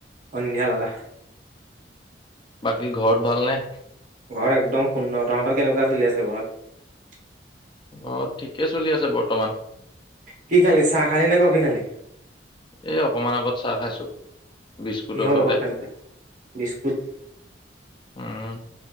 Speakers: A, on the right (about 45°); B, on the left (about 25°).
A: সন্ধিয়া লগা।
B: বাকী ঘৰত ভালনে?
A: ঘৰ একদম সুন্দৰ তহঁতৰ কেনেকুৱা চলি আছে ঘৰত।
B: অ ঠিকে চলি আছে বৰ্তমান।
A: কি খালি চাহ খালি নে কফি খালি।
B: এই অকমান আগত চাহ খাইছো বিস্কুটৰ
A: কিহল
B: সৈতে
A: লগৰ খালে বিস্কুট?
B: উম